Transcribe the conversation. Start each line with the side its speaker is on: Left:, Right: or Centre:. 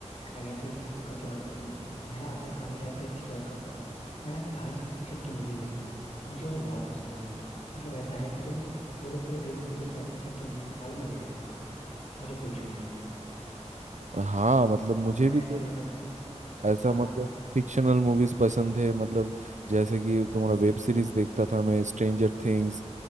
Left: खैर ये तो एक स्नूकर की बात हो गई मैं ना अपने खाली टाइम पे एक चीज और करता हूँ मैं ना साइंस फिक्शन की मूवीज देखता हूँ मुझे वो बहुत पसंद है भाई मतलब ऐसा है कि तुम पूरे पूरे दिन मुझे साइंस फिक्शन की मूवी दिखा लो मैं देख लूंगा मुझे कोई इशू नहीं है
Right: है। हाँ मतलब मुझे
Left: तो मैं
Right: भी तो
Left: ऐसी मतलब
Right: ऐसा
Left: हाँ
Right: मतलब
Left: हाँ
Right: फिक्शनल मूवीज पसंद है मतलब जैसे कि तुम्हारा वेब सीरीज देखता था मैं स्ट्रेंजर थिंग्स